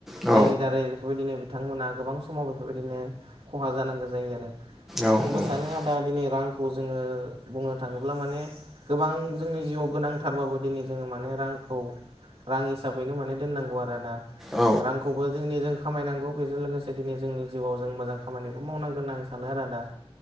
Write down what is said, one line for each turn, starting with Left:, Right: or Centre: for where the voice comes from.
Centre: औ
Right: जायनि दारै बेफोरबायदिनो बिथांमोना गोबां समाव बेफोरबायदिनो खहा जानांगौ जायो आरो।
Centre: औ
Right: आंबो सानो आदा दिनै रांखौ खौ जोङो बुंनो थाङोब्ला माने गोबां जोंनि जिउआव गोनां थारबाबो दिनै जोङो माने रांखौ रां हिसाबैनो माने दोननांगौ आरो आदा।
Centre: औ
Right: रांखौबो जोंनि जों खामायनांगौ बेजों लोगोसे दिनै जोंनि जिउआव जों मोजां खामानिबो मावनांगोन होनना आं सानो आरो आदा।